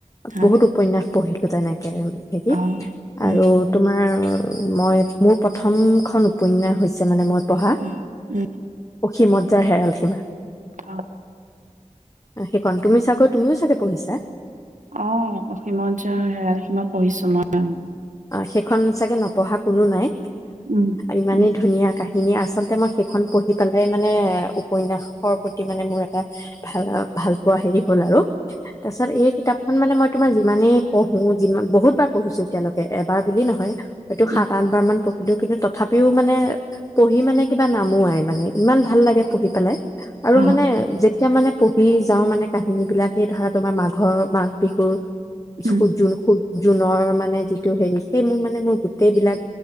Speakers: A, on the right; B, on the left.
A: হয়
B: বহুত উপন্যাস পঢ়িলোঁ তেনেকেই। হেৰি
A: অঁ উম
B: আৰু তোমাৰ মই মোৰ প্ৰথমখন উপন্যাস হৈছে মানে মই পঢ়া
A: উম উম
B: অসীমত। জাৰ হেৰাল সীমা।
A: আহ
B: সেইখন তুমি চাগৈ তুমিও চাগে পঢ়িছা।
A: অ অসীমত যাৰ হেৰাল সীমা কিমান পঢ়িছো মই অ।
B: অ সেইখন চাগে নপঢ়া কোনো নাই।
A: উম
B: ইমানেই
A: উম
B: ধুনীয়া কাহিনী আচলতে মই সেইখন পঢ়ি। সকালে মানে উপন্যাসৰ প্ৰতি মানে মোৰ এটা ভাল ভাল পোৱা হেৰি হ'ল আৰু তাৰছত এই কিতাপ। মানে মই তোমাৰ যিমানেই পঢ়ো যিমান বহুত বাৰ পঢ়িছোঁ এতিয়ালৈকে। এবাৰ বুলি নহয় হয়টো
A: অঁ
B: সাত আঠ বাৰ মান। কিন্তু তথাপিও মানে পঢ়ি মানে কিবা নামো আই মানে ইমান ভাল লাগে পঢ়ি পেলাই আৰু
A: অ',
B: মানে। এতিয়া মানে পঢ়ি যাওঁ মানে কাহিনী বিলাকে ধৰা তোমাৰ মাঘৰ মাঘ বিহুৰ
A: উম।
B: খু জ খু জুনৰ মানে যিটো হেৰি সেই মোৰ মানে মোৰ গোটেই বিলাক